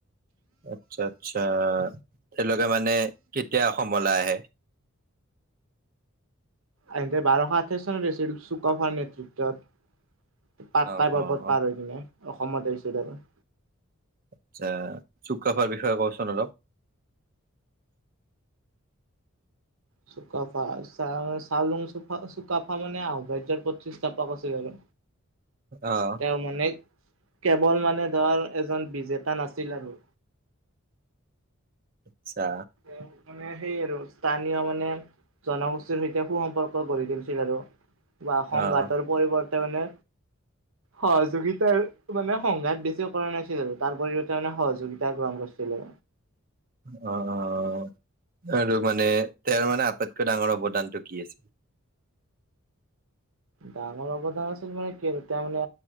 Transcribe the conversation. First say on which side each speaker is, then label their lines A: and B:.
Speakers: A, on the right; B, on the right.
A: আচ্ছা আচ্ছা তেওঁলোকে মানে কেতিয়া অসম লৈ আহে?
B: আনহাতে বাৰশ আঠাইছ চনত হৈছিল চুকাফাৰ নেতৃত্বত পাটকাই
A: অ
B: পৰ্বত
A: অ অ
B: পাৰ হৈ কিনে অসমত আহিছিল আৰু
A: আচ্ছা, চুকাফাৰ বিষয়ে কও চোন অলপ
B: চুকাফা চা চাওলুং চুফাপা চুকাফা মানে আহোম ৰাজ্যৰ প্ৰতিষ্ঠাপক আছিল আৰু
A: আহ
B: তেওঁ মানে কেৱল মানে ধৰ এজন বিজেতা নাছিল আৰু
A: আচ্ছা
B: তেওঁক মানে সেই আৰু <unintelligible> সেয়া মানে জনগোষ্ঠীৰ সৈতে সু-সম্পৰ্ক গঢ়ি তুলিছিল আৰু বা সংঘাতৰ
A: আহ
B: পৰিৱৰ্তনে সহযোগিতাৰ মানে সংঘাত বেছি কৰা নাছিল আৰু তাৰ পৰিবৰ্তে মানে সহযোগিতা গ্ৰহণ কৰিছিল। আছিলে।
A: অ'-অ' আৰু মানে তেওঁৰ মানে আটাইতকৈ ডাঙৰ অৱদানটো কি আছিল?
B: ডাঙৰ অৱদাৰ আছে মানে কি আৰু তাৰমানে